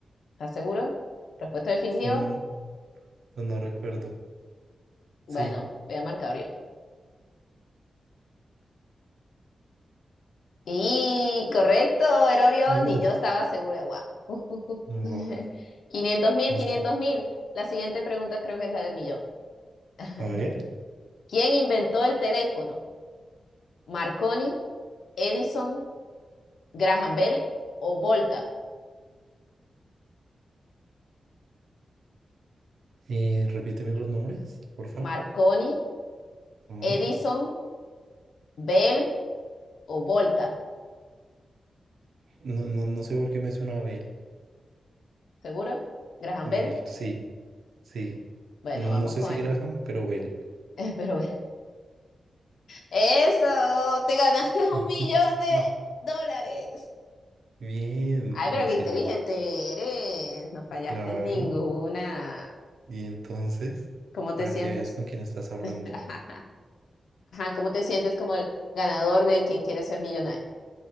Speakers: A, on the left; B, on the right.
A: ¿estás seguro? ¿Respuesta definitiva?
B: Mm, No, no recuerdo. Sí.
A: Bueno, voy a marcar Orión. Y correcto, era Orión
B: Uf,
A: y yo estaba segura. ¡Guau! <laughs>
B: wow,
A: Quinientos mil,
B: no
A: quinientos
B: está.
A: mil. La siguiente pregunta creo que es la del millón. <laughs>
B: A ver,
A: ¿Quién inventó el teléfono? ¿Marconi, Edison, Graham Bell o Volta?
B: eh, repíteme los nombres, porfa.
A: Marconi,
B: No,
A: Edison, Bell o Volta.
B: no, no, no sé por qué me suena a Bell.
A: ¿Seguro? ¿Graham
B: Bell,
A: Bell?
B: sí, sí.
A: Bueno,
B: No,
A: vamos
B: no sé
A: con
B: si
A: eso.
B: Graham, pero Bell.
A: <laughs> Pero bueno. Eso, te ganaste un
B: <laughs>
A: millón de dólares.
B: Bien,
A: Ay, pero
B: me
A: qué
B: sirve.
A: inteligente eres. No fallaste
B: Claro.
A: ninguna.
B: Y entonces,
A: ¿Cómo te
B: para
A: sientes?
B: que veas con quién estás hablando.
A: <laughs> Ajá, ¿cómo te sientes como el ganador de quien quiere ser millonario?